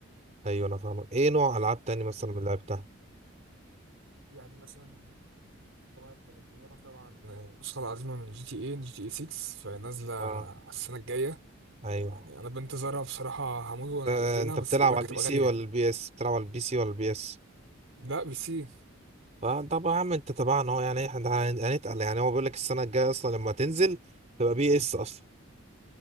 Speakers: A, on the right; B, on the right.
A: ايوه انا فاهمك ايه نوع العاب تاني مثلا من اللي لعبتها
B: يعني مثلا طبعا الإضافة طبعا النسخة العظيمة من جي تي اي جي تي اي 6 فنازلة على
A: اه
B: السنة الجاية
A: ايوه
B: يعني انا بنتظرها بصراحة هموت وانزلها
A: آه، انت
B: بس
A: بتلعب
B: بيقول لك
A: على البي
B: هتبقى
A: سي
B: غالية
A: ولا البي اس بتلعب على البي سي ولا البي اس
B: لا بي سي
A: فطب يا عم انت تبعنا اهو يعني احنا هن- هنتقل يعني هو بيقول لك السنه الجايه اصلا لما تنزل تبقى بي اس اصلا